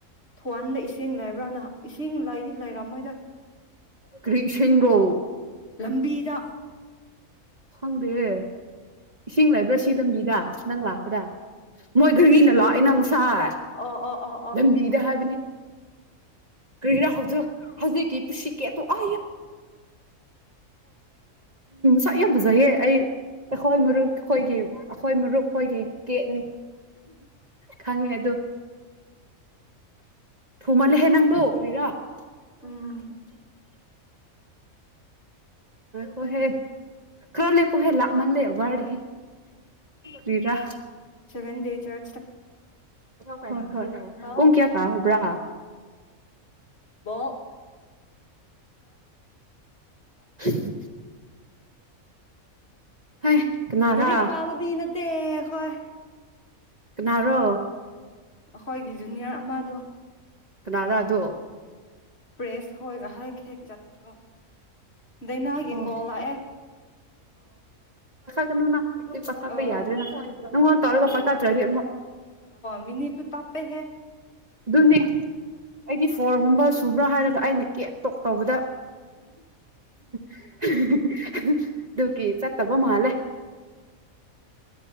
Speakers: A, on the left (about 50°); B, on the right (about 35°).
A: ꯊꯋꯥꯟꯗ ꯏꯁꯤꯡ ꯏꯁꯤꯡ ꯂꯩꯕ꯭ꯔꯥꯅꯍ ꯏꯁꯤꯡ ꯂꯩꯗꯤ ꯂꯩꯔ ꯃꯣꯏꯗ
B: ꯀ꯭ꯔꯤꯁꯤꯒꯣ
A: ꯂꯝꯕꯤꯗ
B: ꯈꯪꯗꯦ ꯏꯁꯤꯡ ꯂꯩꯕ꯭ꯔꯥ ꯁꯤ ꯂꯝꯕꯤꯗ ꯑꯁ ꯅꯪ ꯂꯥꯛꯄꯗ ꯃꯣꯏ ꯘꯔꯤꯅ ꯂꯥꯛꯑꯣꯦ ꯅꯪꯁꯥꯏ
A: ꯑꯣ ꯑꯣ ꯑꯣ ꯑꯣ
B: ꯂꯝꯕꯤꯗ ꯍꯥꯏ ꯀꯔꯥ ꯍꯧ ꯍꯧꯖꯤꯛꯀꯤ ꯄꯨꯁꯤꯀꯤꯦ ꯑ ꯎ ꯁ꯭ꯋꯥꯏ ꯌꯥꯝ ꯐꯖꯩꯌꯦ ꯑꯩ ꯑꯩꯈꯣꯏ ꯃꯔꯨꯞ ꯑꯩꯈꯣꯏꯒꯤ ꯑꯩꯈꯣꯏ ꯃꯔꯨꯞ ꯑꯩꯈꯣꯏꯒꯤ ꯀꯦꯠꯅꯤ ꯈꯪꯉꯦ ꯑꯗꯨ ꯊꯨꯃꯜ ꯍꯦ ꯅꯪꯗꯨꯣ ꯑꯣꯒ꯭ꯔꯤꯔꯥ <unintelligible>
A: ꯎꯝ
B: ꯍꯣꯏꯍꯦ ꯈꯔ ꯂꯩꯍꯥ ꯄꯣ ꯍꯦ ꯂꯥꯛ ꯃꯜꯂꯦ ꯋꯥꯔ ꯐꯔꯥ
A: ꯁꯕꯦꯟꯗꯦ ꯆ
B: ꯍꯁꯍꯣꯏ
A: ꯍꯥꯎ
B: ꯎꯨꯡ ꯀꯌꯥ ꯇꯥꯔꯕ꯭ꯔꯥ
A: ꯑꯎ
B: <unintelligible> ꯍꯩ ꯀꯅꯥꯔꯥ
A: ꯅꯔꯤꯛ ꯄꯥꯕ ꯃꯤꯅ ꯇꯦ ꯍꯣꯏ
B: ꯀꯅꯥꯔꯣ
A: ꯑꯩꯈꯣꯏꯒꯤ ꯖꯨꯅꯤꯌꯔ ꯑꯃꯗꯣ
B: ꯀꯅꯥꯗꯗꯣ
A: ꯄ꯭ꯔꯦꯁ ꯍ ꯉꯍꯥꯏ ꯈꯦ ꯆꯥꯣ ꯗꯥꯏꯅꯥꯒꯤ
B: ꯑꯣ
A: ꯀꯣꯜ ꯂꯥꯛꯑꯦ
B: <unintelligible> ꯄꯥ ꯄ
A: ꯑ
B: ꯌꯥꯗ꯭ꯔꯣ ꯅ ꯅꯪꯣꯟ ꯇꯧꯔꯒ ꯄꯈ ꯍꯥꯇꯗꯤ
A: ꯃꯤꯅꯤꯁꯨꯨ ꯇꯞꯄꯦ ꯍꯦ
B: ꯑꯗꯨꯅꯦ ꯑꯩꯗꯤ ꯐꯣꯔꯒꯨꯝꯕ ꯁꯨꯕ꯭ꯔꯥ ꯍꯥꯏꯔꯒ ꯑꯩꯅ ꯀꯦ ꯇꯣꯛ ꯇꯧꯕꯗ <unintelligible> ꯑꯗꯨꯒꯤ ꯆꯠꯇꯕ ꯃꯥꯜꯂꯦ